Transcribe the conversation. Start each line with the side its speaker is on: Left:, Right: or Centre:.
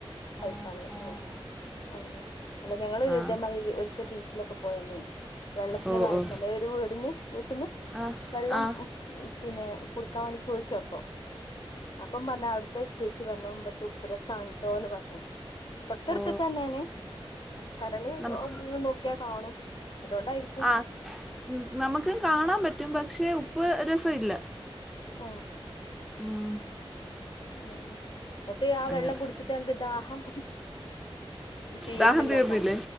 Centre: <inaudible>
Left: പൈപ്പാണ് ഓ അങ്ങനെ അല്ല ഞങ്ങള്
Centre: ആ
Left: ഇതേമാതിരി ഒരിക്ക ബീച്ചിലൊക്കെ പോയന്നെ വെള്ളത്തിന്
Centre: ഓ
Left: ദാഹിച്ചെന്നെ
Centre: ഓ
Left: ഒരു വീട്ന്ന് വീട്ട്ന്ന്
Centre: ആ
Left: വെള്ളം
Centre: ആ
Left: പിന്നെ കുടിക്കാൻ വേണ്ടി ചോദിച്ചു അപ്പൊ അപ്പം പറഞ്ഞു അവിടുത്തെ ചേച്ചി പറഞ്ഞു ഇവ്ട്ത്തെ ഉപ്പ് രസം ആണ്ട്ടോന്ന് പറഞ്ഞു തൊട്ടടുത്ത്
Centre: ഓ
Left: തന്നെയാണ് കടല്
Centre: നം-
Left: നോ ക്കിയാ കാണും അതുകൊണ്ടായിരി
Centre: ആഹ് നമുക്ക് കാണാൻ പറ്റും പക്ഷേ ഉപ്പ് രസം ഇല്ല
Left: ഓഹ്
Centre: ഉം
Left: ഉം എന്നിട്ട് ആഹ്
Centre: അങ്ങനെ
Left: വെള്ളം കുടിച്ചിട്ട് അനക്ക് ദാഹം തീരുന്നില്ലക്ക
Centre: ദാഹം തീർന്നില്ലേ